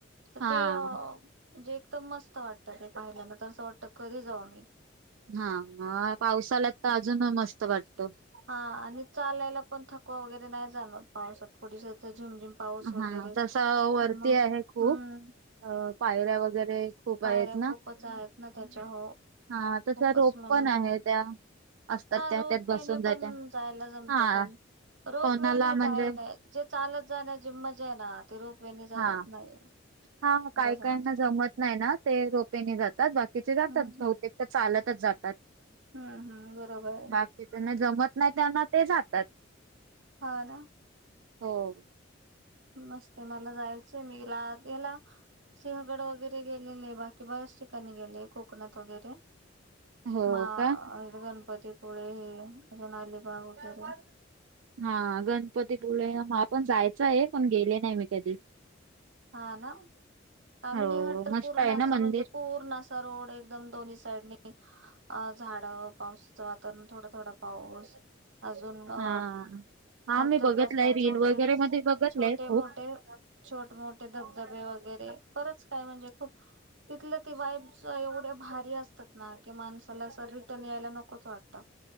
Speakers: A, on the right (about 65°); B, on the right (about 80°).
A: त
B: हा
A: ते अ म्हणजे एकदम मस्त वाटत ते पाहिल्यांदा त असं वाटत कधी जाऊ आम्ही
B: हाअ पावसाल्यात त अजून मस्त वाटत.
A: हा आणि चालायला पण थकवा वगैरे नाही जाणवत पावसात <unintelligible> पाऊस वगैरे
B: हा तस वरती
A: मग
B: आहे खूप,
A: हम्म
B: अ पायऱ्या वगैरे खूप
A: पायऱ्या
B: आहेत ना
A: खूपच आहेत ना, त्याच्या हो
B: हा तस
A: खूपच
B: रोप
A: म्हणजे
B: पण आहे त्या असतात
A: हा
B: त्या
A: रोप
B: त्यात बसून
A: वेे
B: जायच्या
A: पण जायला जमत
B: हा
A: पण रोप
B: कोणाला
A: वे ने
B: म्हणजे
A: काय नाई, जे चालत जाण्यात जे मजा आय ना ते रोप वेने जाण्यात
B: हा
A: नाहीये.
B: हा काही
A: खरं सांग
B: काहीना जमत नाही ना ते रोपेने जातात, बाकीचे जातात,
A: हम्म
B: बहुतेक त चालतच जातात.
A: हम्म हम्म बरोबर आहे
B: बाकीकी त्यांना जमत नाही त्यांना ते जातात
A: हा ना
B: हो
A: मस्त मला जायचंय मीला याला सिंहगड वगैरे गेलेले बाकी बऱच ठिकाणी गेले कोकणात वगैरे
B: हो
A: मा
B: का
A: गणपतीपुळे हे अजून आलीबाग वगैरे
B: हा गणपतीपुळे म पण जायचं आहे पण गेले नाही मी कधी
A: हा ना आम्ही
B: हो
A: निघट तर
B: मस्त
A: पूर्ण
B: आहे ना
A: असा
B: मंदिर
A: म्हणजे पूर्ण असा रोड एकदम दोन्ही साईडनी अ झाड पावसाचं वातावरण थोडा थोडा पाऊस अजून अ
B: हा. हा
A: धबधबे
B: मी बघितलंय
A: असतात
B: रील
A: छोटे
B: वगैरे मध्ये बघितलंय
A: छोटे
B: खूप
A: मोठे छोट मोठे धबधबे वगैरे खरंच काय म्हणजे खूप तिथलं ते वाईब एवढे भारी असतात ना की माणसाला अस रिटर्न यायला नकोच वाटतं